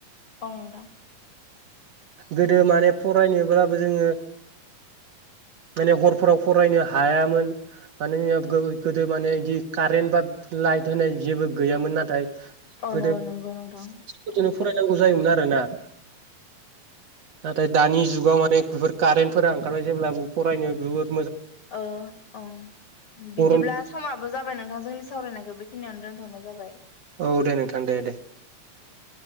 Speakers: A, on the left; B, on the right.
A: औ नोंथां।
B: गोदो माने फरायनोब्लाबो जोङो माने हरफोराव फरायनो हायामोन माने जोंनाव गोदो माने बिदि कारेन्ट बा लाइट होनाय जेबो गैयामोन नाथाय।
A: औ
B: गोदो
A: न नंगौ नोंथां
B: फोरजोंनो
A: औ
B: फरायनांगौ जायोमोन आरोना नाथाय दानि जुगाव माने बेफोर कारेन्टफोरा ओंखारबाय जेब्लाबो फरायनो बिहुर
A: औ औ बिदिब्ला
B: गरम
A: समाबो जाबाय नोंथां जोंनि सावरायनायखौ बेखिनियावनो दोनथ'नाय जाबाय।
B: औ दे नोंथां दे दे
A: औ